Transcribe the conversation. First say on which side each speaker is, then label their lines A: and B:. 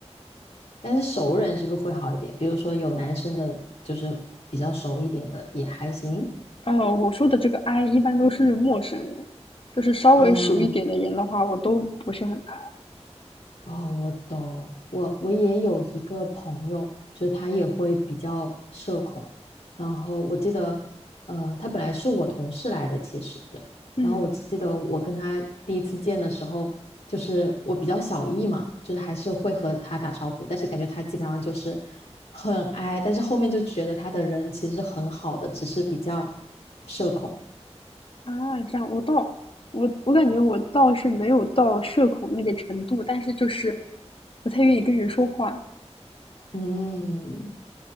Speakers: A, on the left; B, on the left.
A: 但是熟人是不是会好一点？比如说有男生的，就是比较熟一点的也还行。
B: 呃，我说的这个 I 一般都是陌生人，就是稍微熟一点的人的话，
A: 哦，
B: 我都不是很爱。
A: 哦，我懂。我我也有一个朋友，就是他也会比较社恐。然后我记得，呃，他本来是我同事来的，其实。
B: 嗯
A: 然后我记得我跟他第一次见的时候，就是我比较小意嘛，就是还是会和他打招呼，但是感觉他基本上就是很 i，但是后面就觉得他的人其实很好的，只是比较社恐。
B: 啊，这样我倒我我感觉我倒是没有到社恐那个程度，但是就是不太愿意跟人说话。
A: 嗯。